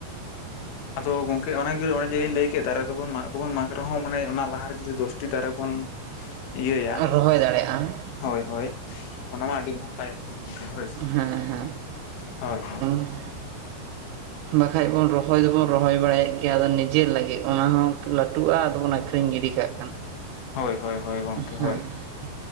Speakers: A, on the left; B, on the right.
A: ᱟᱫᱚ ᱜᱚᱝᱠᱮ ᱚᱱᱟ ᱜᱮ ᱚᱱᱮ ᱡᱮᱞᱤᱧ ᱞᱟᱹᱭ ᱠᱮᱫᱼᱟ ᱫᱟᱨᱮ ᱫᱚᱵᱚᱱ ᱢᱟᱜᱽ ᱨᱮᱸᱦᱚ ᱢᱟᱱᱮ ᱚᱱᱟ ᱞᱟᱦᱟ ᱨᱮ ᱡᱚᱫᱤ ᱫᱚᱥᱴᱤ ᱫᱟᱨᱮ ᱵᱚᱱ ᱤᱭᱟᱹᱭᱟ
B: ᱨᱚᱦᱚᱭ ᱫᱟᱲᱮᱭᱟᱜᱼᱟ
A: ᱦᱳᱭ ᱦᱳᱭ ᱚᱱᱟ ᱢᱟ ᱟᱹᱰᱤ ᱱᱟᱯᱟᱭᱚᱜ ᱦᱳᱭ
B: ᱦᱮᱸ ᱦᱮᱸ
A: ᱦᱳᱭ
B: <inaudible> ᱵᱟᱠᱷᱟᱡ ᱵᱚᱱ ᱨᱚᱦᱚᱭ ᱫᱚᱵᱚᱱ ᱨᱚᱦᱚᱭ ᱵᱟᱲᱟᱭᱮᱫ ᱜᱮᱭᱟ ᱟᱫᱚ ᱱᱤᱡᱮᱨ ᱞᱟᱹᱜᱤᱫ ᱚᱱᱟ ᱦᱚᱸ ᱞᱟᱹᱴᱩᱜᱼᱟ ᱟᱫᱚ ᱵᱚᱱ ᱟᱹᱠᱷᱨᱤ ᱨᱤᱧ ᱜᱤᱰᱤ ᱠᱟᱜ ᱠᱟᱱᱟ᱾
A: ᱦᱳᱭ ᱦᱳᱭ ᱦᱳᱭ ᱜᱚᱝᱠᱮ
B: ᱦᱮᱸ
A: ᱦᱳᱭ